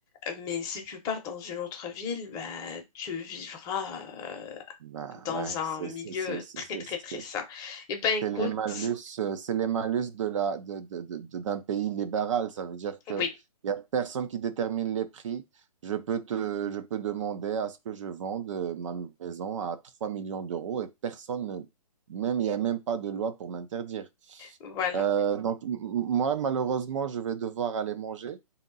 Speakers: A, on the left; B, on the right.
A: Euh, Mais si tu pars dans une autre ville, bah, tu vivras euh,
B: Bah
A: dans
B: ouais,
A: un
B: c'est
A: milieu
B: c'est- c'est- c'est-
A: très
B: c'est-
A: très
B: c'est-
A: très sain. Eh ben écoute,
B: C'est les malus, euh, c'est les malus de la, de, de- de- de- d'un pays libéral. Ça veut dire que
A: oui,
B: il y a personne qui détermine les prix. Je peux te, je peux demander à ce que je vende euh, ma maison à 3 millions d'euros et personne, ne- même, il n'y a même pas de loi pour m'interdire.
A: voilà.
B: Euh, Ouais. donc, m- m- moi, malheureusement, je vais devoir aller manger.